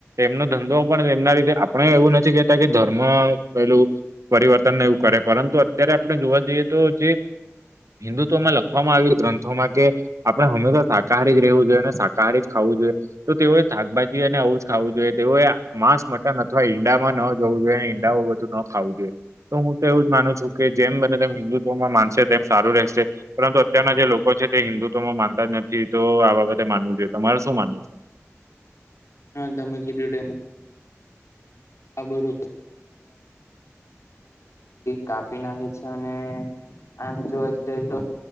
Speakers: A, on the right (about 85°); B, on the left (about 65°).
A: એમનો ધંધો પણ એમના રીતે આપણે એવું નથી કેહેતા કે ધર્મ પેલું પરિવર્તનને એવું કરે પરંતુ અત્યારે આપણે જોવા જઈએ તો જે હિન્દુત્વમાં લખવામાં આવી ગ્રંથોમાં કે આપડે હંમેશા શાકાહારી જ રહેવું જોઈએ અને શાકાહારી જ ખાવું જોઈએ. તો તેઓએ શાકભાજી અને આવું જ ખાવું જોઈએ તેઓએ માંસ મટન અથવા ઈંડામાં ન જોવું જોઈએ. ઈડા બધું ન ખાવું જોઈએ. તો હું તો એવું જ માનું છું કે જેમ બને તેમ હિન્દુત્વમાં માનશે તેમ સારું રહેશે. પરંતુ અત્યારના જે લોકો છે તે હિન્દુત્વમાં માનતા જ નથી તો આ વખતે માનવું જોઈએ તમારે શું માનવું છે.
B: હા તમે કિધુ ડેમો. આ બું કાપી ના <inaudible> ખ છે અને આમ જોવા જઈએ તો